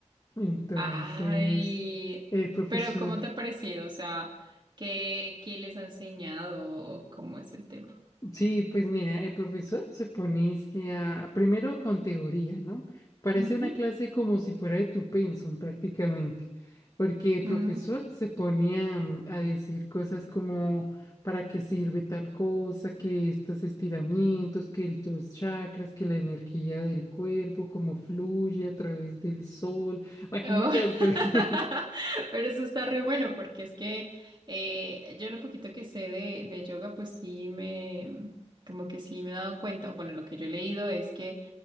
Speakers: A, on the left (about 30°); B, on the right (about 40°).
A: Entonces,
B: Ay,
A: el profesor
B: pero ¿cómo te ha parecido? O sea, ¿qué, qué les ha enseñado o cómo es el tema?
A: Sí, pues mira, el profesor se pone es que a- primero con teoría, ¿no? Parece
B: Ujú,
A: una clase como si fuera de tu pensum prácticamente, porque el
B: mm,
A: profesor se pone a, mm, a decir cosas como para qué sirve tal cosa, que estos estiramientos, que el- los chakras, que la energía del cuerpo, cómo fluye a través del sol, <laughs> bueno,
B: oh.
A: muchas
B: <laughs>
A: cosas. <laughs>
B: Pero eso está re bueno porque es que eh, yo lo poquito que sé de, de yoga, pues sí me, como que sí me he dado cuenta, bueno, lo que yo he leído es que